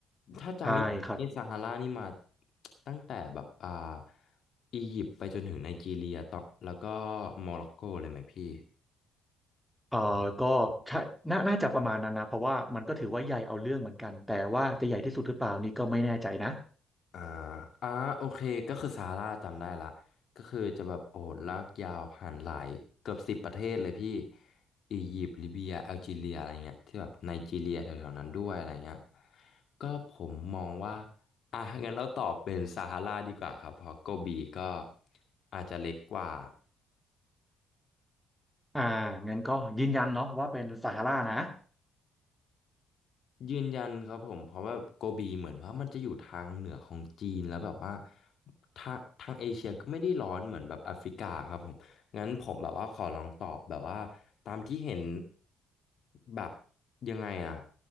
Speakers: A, on the left (about 60°); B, in the centre.
A: ถ้าจำไม่ผิดนี่ซาฮารานี่มา
B: ใช่ครับ
A: ตั้งแต่แบบอ่าอียิปต์ไปจนถึงไนจีเรียต่อแล้วก็โมร็อกโกเลยไหมพี่
B: เอ่อก็ใช่น่าน่าจะประมาณนั้นนะเพราะว่ามันก็ถือว่าใหญ่เอาเรื่องเหมือนกันแต่ว่าจะใหญ่ที่สุดหรือเปล่านี่ก็ไม่แน่ใจนะ
A: อ่าอ่าโอเคก็คือซาร่าจำได้ละก็คือจะแบบโอ้โหลากยาวผ่านหลายเกือบสิบประเทศเลยพี่ อียิปต์ลิเบียแอลจีเรียอะไรเงี้ยที่แบบไนจีเรียแถวๆนั้นด้วยอะไรเงี้ยก็ผมมองว่า อ่ะงั้นเราตอบเป็นซาฮาราดีกว่าครับ เพราะโกบีก็อาจจะเล็กกว่า
B: อ่างั้นก็ยืนยันเนาะว่าเป็นซาฮารานะ
A: ยืนยันครับผมเพราะว่าโกบีเหมือนว่ามันจะอยู่ทางเหนือของจีนแล้วแบบว่าทางทางเอเชียก็ไม่ได้ร้อนเหมือนแบบแอฟริกาครับผมงั้นผมแบบว่าขอลองตอบแบบว่าตามที่เห็นแบบยังไงอะ